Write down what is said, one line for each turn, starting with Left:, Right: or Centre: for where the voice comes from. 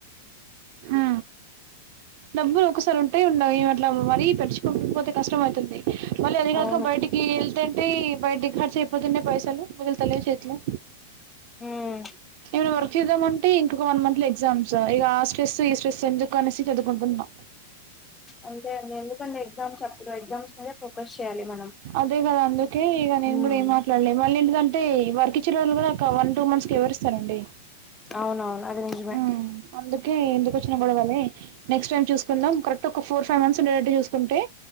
Right: ఊ డబ్బులు ఒకసారి ఉంట్ టయి ఉండయి మరీ పెంచుకోకపోతే కష్టం అవుతుంది మళ్ళీ అది కాక
Left: అవును
Right: బయటికి కి వెళ్తేంటే బయటికి ఖర్చ అయిపోతుండే పైసలు మిగితలే చేతిలో
Left: హ్మ్.
Right: ఏమైనా వర్క్ చేద్దామంటే ఇంకొక వన్ మంత్ లో ఎగ్జామ్స్ ఇగాస్ స్ట్రెస్ ఈ స్ట్రెస్ కనెసి చదువుకుంటన్నా
Left: అంతే అండి ఎందుకంటె ఎగ్జామ్స్ అప్పుడు ఎగ్జామ్స్ మీద ఫోకస్ చేయాలి మనం
Right: అదే కదా అందుకే ఇగ నేను
Left: ఉమ్
Right: కూడా ఏ మా రండి మళ్ళీ ఎందుకంటే వర్క్ ఇచ్చిన వాళ్ళు కూడా ఒక వన్ టూ మంత్స్ కి ఎవరిస్తారండి
Left: అవునవును అది ని
Right: ఊ అందుకే ఎందుకు వచ్చిన గొడవలే నెక్స్ట్ టై చూకుందాం కరక్ట్ ఒక ఫోర్ ఫైవ్ మంత్స్ ఉండేటట్టు చూసుకుంటె